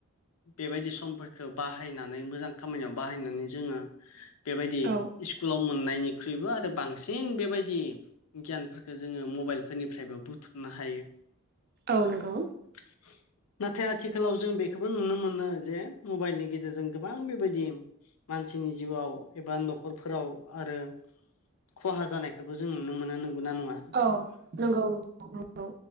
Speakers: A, on the left; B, on the right.
A: बेबायदि समफोरफोरखौ बाहायनानै मोजां खामानियाव बाहायनानै जोङो बेबायदि
B: औ
A: स्कुलाव मोननायनिख्रुइबो आरो बांसिन बेबायदि गियानफोरखौ जोङो मबाइलफोरनिफ्रायबो बुथुमनो हायो।
B: औ नंगौ।
A: <unintelligible> नाथाय आथिखालाव जों बेखौबो नुनो मोनो जे मबाइलनि गेजेरजों गोबां बेबायदि मानसिनि जिउआव एबा न'खरफोराव आरो खहा जानायखौबो जों नुनो मोना नंगौ नना नङा?
B: औ नंगौ नंगौ